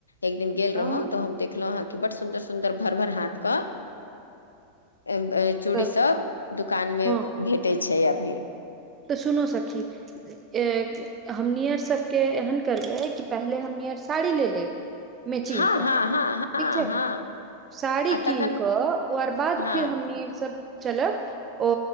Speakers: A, on the left; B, on the right.
A: एक दिन गेल
B: ह
A: रहौं तऽ हम देखललौं हँ कि बड सुंदर सुंदर भर भर हाथ कऽ ऐ बै चूड़ी
B: तऽ
A: सब दुकान मऽ
B: हँ
A: भेटय छै अभी।
B: तऽ सुनो सखी। ऐं हमनी अर सभके ऐहेन करबय कि पहिले हमनी अर साड़ी लऽ लेब। मचिंग
A: हँ
B: कऽ
A: हँ
B: ठीक
A: हँ हँ
B: छै।
A: हँ
B: साड़ी
A: आ तखन
B: कीन कऽ ओ अर बाद
A: हँ
B: फिर हमनीय सब। चलब ओ